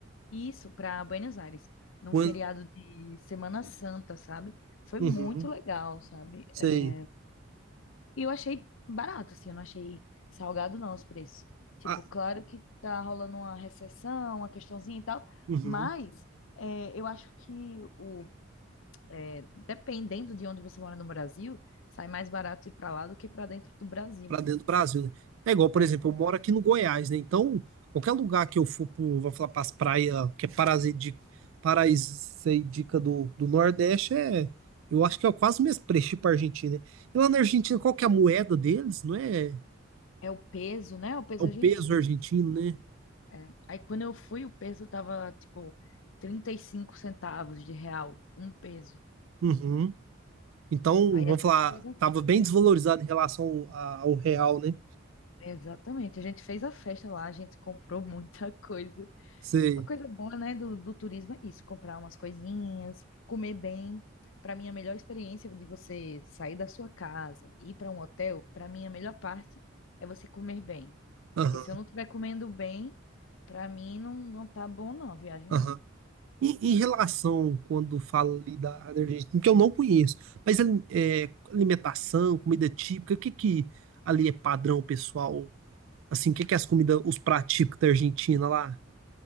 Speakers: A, on the left (about 70°); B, on the right (about 75°).
A: Isso, para Buenos Aires, num
B: quando,
A: feriado de Semana Santa, sabe? Foi
B: uhum,
A: muito legal, sabe?
B: sei,
A: É, E eu achei barato, assim, eu não achei salgado não os preços. Tipo,
B: ah,
A: claro que tá rolando uma recessão, uma questãozinha e tal,
B: uhum,
A: mas é, eu acho que o, é, dependendo de onde você mora no Brasil, sai mais barato ir para lá do que para dentro do Brasil.
B: pra dentro do Brasil, né? É igual, por
A: É,
B: exemplo, eu moro aqui no Goiás, né? Então, qualquer lugar que eu for pro, vou falar pras praias, que é paradisíaca, paradisíaca do, do Nordeste, é, eu acho que é quase o mesmo preço pra Argentina. né? E lá na Argentina, qual que é a moeda deles, não é?
A: é o peso, né? É O peso
B: É o
A: argentino.
B: peso argentino, né?
A: É. Aí quando eu fui, o peso tava tipo 35 centavos de real, um peso.
B: Uhum. Então,
A: Aí
B: vamos
A: a gente
B: falar,
A: fez a...
B: estava bem desvalorizado em relação a- ao real, né?
A: Exatamente, a gente fez a festa lá, a gente comprou <laughs> muita coisa.
B: Sei.
A: Uma coisa boa, né, do, do turismo é isso, comprar umas coisinhas, comer bem. Para mim, a melhor experiência de você sair da sua casa e ir para um hotel, para mim, a melhor parte é você comer bem.
B: Aham,
A: Porque se eu não estiver comendo bem, para mim não, não tá bom não, a viagem
B: aham.
A: não.
B: E em relação, quando fala ali da da Argentina, que eu não conheço, mas ali- é, alimentação, comida típica, o que que ali é padrão, pessoal? Assim, o que que é as comidas, os pratos típicos da Argentina lá?